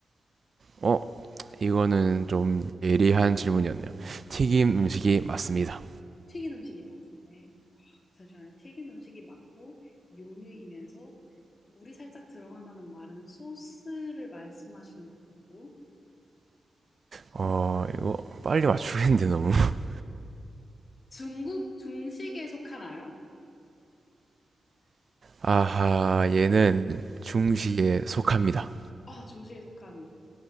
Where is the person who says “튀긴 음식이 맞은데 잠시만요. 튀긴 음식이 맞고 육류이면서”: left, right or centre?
Left